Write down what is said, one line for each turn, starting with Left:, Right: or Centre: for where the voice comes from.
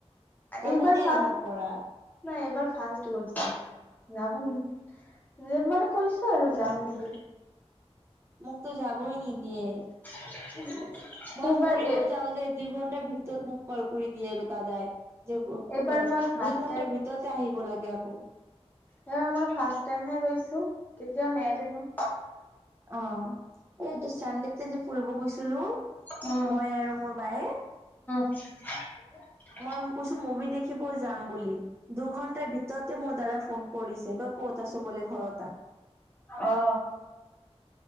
Right: যাব
Left: এইবাৰ
Right: দিয়ে
Left: ফাৰ্ষ্ট
Right: ঘৰ পৰা
Left: নাই এবাৰ ফাৰ্ষ্ট গৈছে যাব ন যে মানে কৈছো আৰু যাম বুলি
Right: মোক তো যাবই নি দিয়ে
Left: <inaudible>
Right: মই
Left: এইবাৰ
Right: ফুৰিব
Left: এ
Right: যাওঁ যে দুই ঘণ্টাাৰ ভিতৰত মোক কল কৰি দিয়ে গ দাদাই। যে
Left: এইবাৰ মই ফাৰ্ষ্ট
Right: দুই ঘণ্টাাৰ ভিতৰতে আহিব লাগে আকৌ।
Left: স মই ফাৰ্ষট টাইমহে গৈছো কেতিয়াও নেদেনো।
Right: অ। এইটো চানডেতে যে ফুৰিব গৈছিলো
Left: উম
Right: মই আৰু মোৰ বায়ে
Left: <inaudible>
Right: মই কৈছো মুভি দেখিব যাম বুলি দুঘন্টাৰ ভিতৰতে মোৰ দাদা ফোন কৰিছে তই ক'ত? ছো বুলি ঘৰট আহ
Left: অহ।